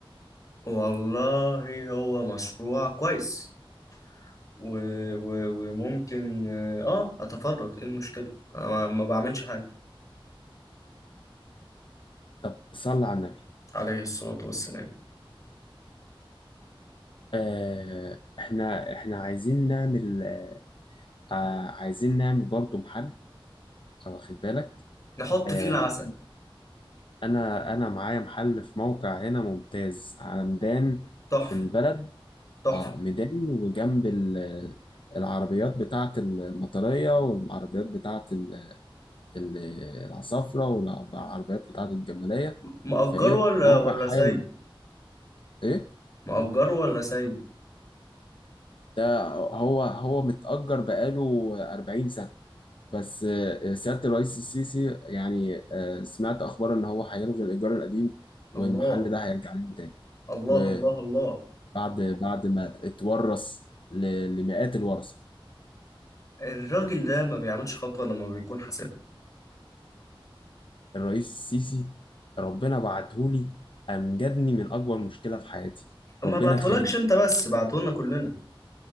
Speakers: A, on the left; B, on the left.
A: والله هو مشروع كويس و... و... وممكن اه اتفرغ ايه المشكلة انا ما ما بعملش حاجة
B: طب صل على النبي
A: عليه الصلاة والسلام
B: آه احنا احنا عايزين نعمل آه عايزين نعمل برضو محل آه، واخد بالك
A: نحط
B: آه
A: فيه العسل
B: انا انا معايا محل في موقع هنا ممتاز على ميدان
A: تحفة
B: في البلد
A: تحفة
B: اه ميدان وجنب ال- العربيات بتاعت المطرية والعربيات بتاعت ال- العصافرة والعربيات بتاعة الجمالية
A: مأجره
B: فإيه
A: ولا
B: موقع
A: ولا
B: حيوي
A: سايبه
B: إيه
A: مأجره ولا سايبه
B: ده هو هو متأجر بقاله 40 سنة بس آه، سيادة الرئيس السيسي يعني آه، سمعت أخبار إن هو هيلغي الإيجار القديم والمحل
A: الله
B: ده هيرجع لنا تاني
A: الله
B: وبعد
A: الله الله
B: بعد ما اتورث ل- لمئات الورثة
A: الراجل ده ما بيعملش خطوة لما بيكون حاسبها
B: الرئيس السيسي ربنا بعتهولي أنجدني من أكبر مشكلة في حياتي
A: ما
B: ربنا
A: بعتهولكش
B: يخليه
A: انت بس بعتهولنا كلنا